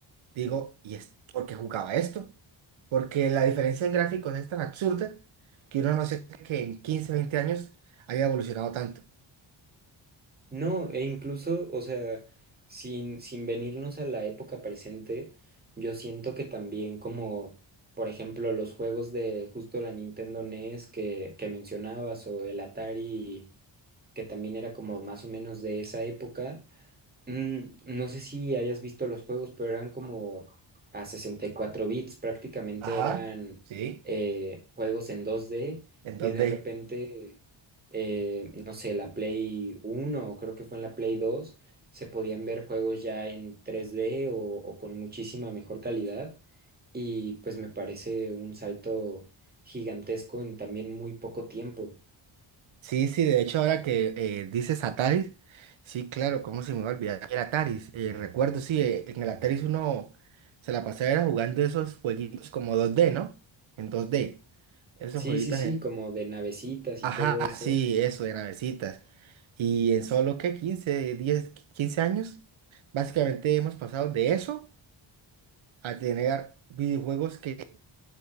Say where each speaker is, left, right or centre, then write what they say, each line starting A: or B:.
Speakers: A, on the right; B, on the right.
A: digo, ¿y es por qué jugaba esto? porque la diferencia en gráficos es tan absurda que uno no se cree que en 15 20 años haya evolucionado tanto.
B: No, e incluso, o sea, sin, sin venirnos a la época presente, yo siento que también como, por ejemplo, los juegos de justo la Nintendo NES que, que mencionabas o el Atari, que también era como más o menos de esa época Mm, no sé si hayas visto los juegos, pero eran como a 64 bits, prácticamente
A: Ajá,
B: eran
A: sí.
B: eh, juegos en dos d
A: Entonces,
B: y de repente, eh, no sé, la Play uno o creo que fue en la Play dos se podían ver juegos ya en tres d o, o con muchísima mejor calidad y pues me parece un salto gigantesco en también muy poco tiempo.
A: sí, sí, de hecho ahora que eh, dices Ataris, sí, claro, cómo se me va a olvidar el Ataris. Eh, recuerdo, sí, eh, en el Ataris uno se la pasaba era jugando esos jueguitos como 2D, ¿no? En 2D, esos
B: Sí,
A: jueguitos,
B: sí, sí,
A: en-
B: como de navecitas
A: ajá,
B: y todo eso
A: sí, eso, de navecitas. Y en solo, ¿qué? quince diez quince años, básicamente hemos pasado de eso. a tener videojuegos que,